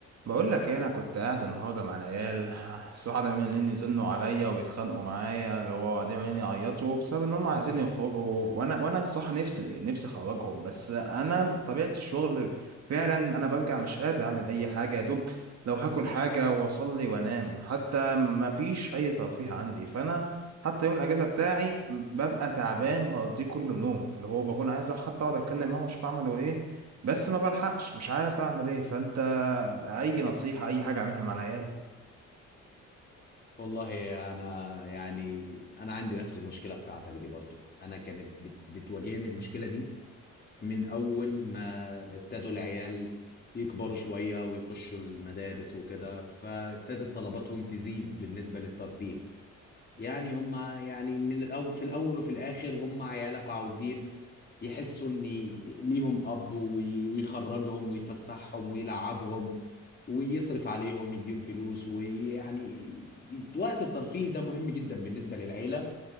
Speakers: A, on the right; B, on the left.
A: بقول لك ايه انا كنت قاعد النهارده مع العيال الصراحه ده عمالين يزنوا عليا ويتخانقوا معايا اللي هو قاعدين عمالين يعيطوا بسبب ان هم عايزين يخرجوا وانا وانا الصراحه نفسي نفسي اخرجهم بس انا بطبيعه الشغل فعلا انا برجع مش قادر اعمل اي حاجه يا دوب لو هاكل حاجه واصلي وانام حتى ما فيش اي ترفيه عندي فانا حتى يوم الاجازه بتاعي ببقى تعبان بقضيه كله نوم اللي هو بكون عايز حتى اقعد اتكلم معاهم واشوف اعملوا ايه بس ما بلحقش مش عارف اعمل ايه فانت اي نصيحة اي حاجة اعملها مع العيال
B: والله انا يعني انا عندي نفس المشكله بتاعتك دي برضو انا كانت بت- بتواجهني المشكله دي من اول ما ابتدوا العيال يكبروا شويه ويخشوا المدارس وكده فابتدت طلباتهم تزيد بالنسبه للترفيه يعني هم يعني من الاول في الاول وفي الاخر هم عيالك وعاوزين يحسوا ان ليهم اب وي- ويخرجهم ويفسحهم ويلعبهم ويصرف عليهم يديهم فلوس ويعني ي- وقت الترفيه ده مهم جدا بالنسبة للعيلة